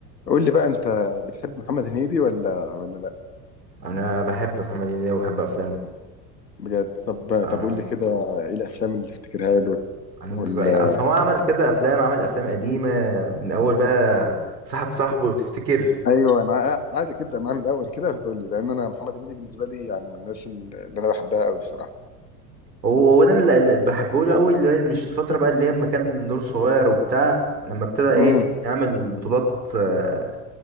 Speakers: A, on the left; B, on the right.
A: قول لي بقى انت بتحب محمد هنيدي ولا ولا لا
B: انا بحب محمد هنيدي وبحب افلامه
A: بجد طب
B: آه
A: طب قول لي كده ايه الافلام اللي تفتكرها له
B: انا
A: ولا
B: ببقى اصلا هو عمل كذا افلام عمل افلام قديمه من اول بقى صاحب صاحبه لو تفتكر
A: ايوه انا ع- عايزك تبدا معاه من الاول كده وتقول لي لان انا محمد هنيدي بالنسبه لي يعني من الناس اللي انا بحبها قوي الصراحه
B: هو هو انا اللي اللي بحبه له اول اللي هي مش الفتره بقى اللي هي لما كان نور صغير وبتاع لما ابتدى ايه
A: امم
B: يعمل بطولات آه،